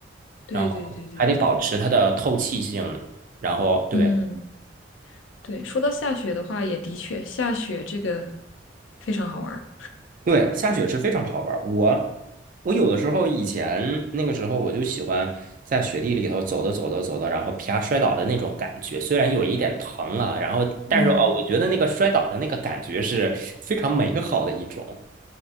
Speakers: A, on the left (about 85°); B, on the right (about 45°).
A: 对对对对对，
B: 然后还得保持它的透气性。然后对，
A: 嗯，对，说到下雪的话，也的确下雪这个非常好玩儿。
B: 对，下雪是非常好玩儿。我我有的时候以前那个时候我就喜欢在雪地里头走着走着走着，然后啪摔倒的那种感觉，虽然有一点疼啊，然后但是哦，
A: 嗯，
B: 我觉得那个摔倒的那个感觉是非常美好的一种。